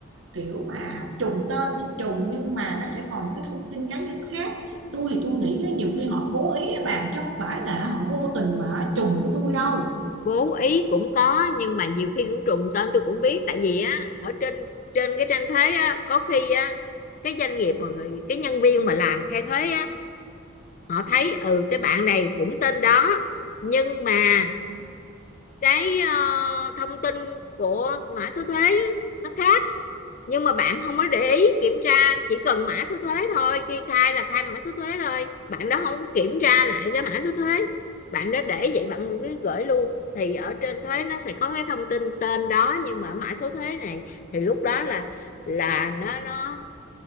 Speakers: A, on the right; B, on the left.
A: kiểu mà trùng tên thì trùng nhưng mà nó sẽ còn những cái thông tin cá nhân khác tôi thì tôi nghĩ nhiều khi họ cố ý á bạn chứ không phải là họ vô tình mà trùng với tôi đâu
B: cố ý cũng có nhưng mà nhiều khi cũng trùng tên tôi cũng biết tại vì á ở trên trên cái trang thuế á có khi á cái doanh nghiệp mà người cái nhân viên mà làm khai thuế á họ thấy ừ cái bạn này cũng tên đó nhưng mà cái ờ, thông tin của mã số thuế á, nó khác nhưng mà bạn không có để ý kiểm tra chỉ cần mã số thuế thôi khi khai là khai mã số thuế rồi bạn đó không có kiểm tra lại cái mã số thuế bạn đó để vậy bạn cứ gửi luôn thì ở trên thuế nó sẽ có cái thông tin tên đó nhưng mà mã số thuế này thì lúc đó là là nó nó